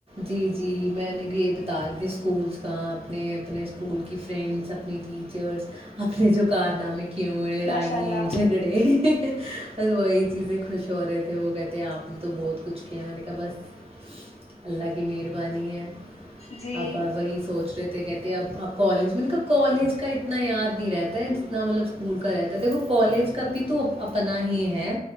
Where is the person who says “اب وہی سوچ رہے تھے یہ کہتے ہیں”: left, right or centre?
Right